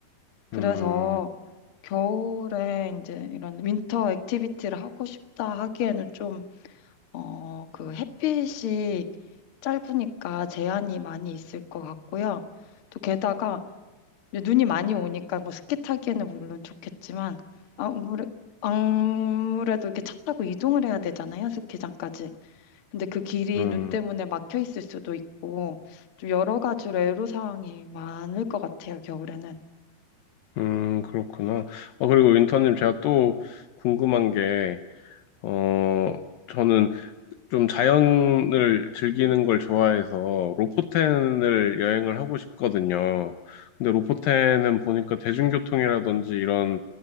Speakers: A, on the left; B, on the left.
A: 그래서
B: 음,
A: 겨울에 이제 이런 윈터 액티비티를 하고 싶다 하기에는 좀, 어, 그 햇빛이 짧으니까 제한이 많이 있을 것 같고요. 또 게다가 이제 눈이 많이 오니까 뭐 스키 타기에는 물론 좋겠지만 아무래, 아무래도 이렇게 차 타고 이동을 해야 되잖아요, 스키장까지. 근데 그 길이
B: 음.
A: 눈 때문에 막혀 있을 수도 있고 좀 여러 가지로 애로사항이 많을 것 같아요, 겨울에는.
B: 음, 그렇구나. 어, 그리고 윈터님, 제가 또 궁금한 게, 어, 저는 좀 자연을 즐기는 걸 좋아해서 로포텐을 여행을 하고 싶거든요. 근데 로포텐은 보니까 대중교통이라든지 이런